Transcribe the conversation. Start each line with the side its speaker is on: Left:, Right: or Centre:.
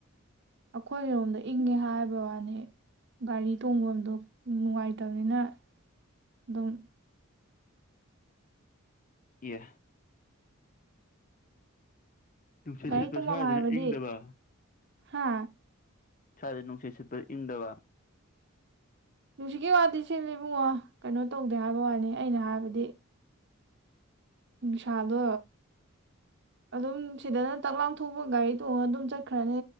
Right: ꯑꯩꯈꯣꯏꯒꯤꯔꯣꯝꯗ ꯏꯪꯉꯦ ꯍꯥꯏꯕꯕꯥꯅꯤ ꯒꯥꯔꯤ ꯊꯣꯡꯕ ꯑꯗꯣ ꯅꯨꯡꯉꯥꯏꯇꯕꯅꯤꯅ ꯑꯗꯨꯝ
Left: ꯌꯦ ꯅꯨꯡꯁꯤꯠ
Right: ꯒꯥꯔꯤ
Left: ꯁꯤꯠꯄ
Right: ꯇꯣꯡꯐꯝ
Left: ꯁ꯭ꯋꯥꯏꯗꯅ
Right: ꯍꯥꯏꯕꯗꯤ
Left: ꯏꯪꯗꯕ
Right: ꯍꯥ
Left: ꯆꯥꯗ ꯅꯨꯡꯁꯤꯠ ꯆꯠꯄ ꯏꯪꯗꯕ
Right: ꯅꯨꯡꯁꯤꯠꯀꯤ ꯋꯥꯗꯤ ꯆꯦꯜꯂꯤ ꯏꯕꯨꯡꯉꯣ ꯀꯩꯅꯣ ꯇꯧꯗꯦ ꯍꯥꯏꯕ ꯋꯥꯅꯤ ꯑꯩꯅ ꯍꯥꯏꯕꯗꯤ ꯁꯥꯗꯣ ꯑꯗꯨꯝ ꯁꯤꯗꯅ ꯇꯛꯂꯥꯎꯊꯣꯛꯄ ꯒꯥꯔꯤ ꯇꯣꯡꯉ ꯑꯗꯨꯝ ꯆꯠꯈ꯭ꯔꯅꯤ